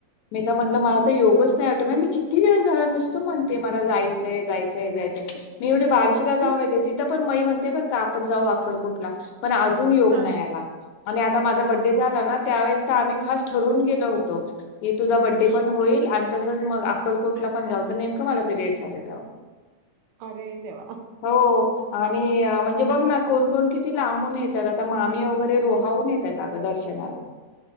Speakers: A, on the left (about 75°); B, on the right (about 80°).
A: मी तर म्हटलं मला तर योगच नाही आटो मी किती झा नसत म्हणते मला जायचंय, जायचंय, जायचंय मी एवढे बार्शीला जाऊन
B: हं,
A: येते तिथं पण म म्हणते ते बर का आपण जाऊ अक्कलकोटला पण अजून योग
B: हां.
A: नाही याला आणि आता माझा बड्डे
B: हो.
A: झाला ना त्यावेळेस आम्ही खास ठरून गेलो होतो की तुझा बडे
B: हं.
A: पण होईल आणि तसच मग अक्कलकोटला पण जाऊत नेमकं मला पिरियडस आले त्यावेळी
B: अरे देवा!
A: हो आणि म्हणजे बघ ना कोणकोण किती लांबून येतात आता मामी वगैरे रोहावून येतात अगं दर्शनाला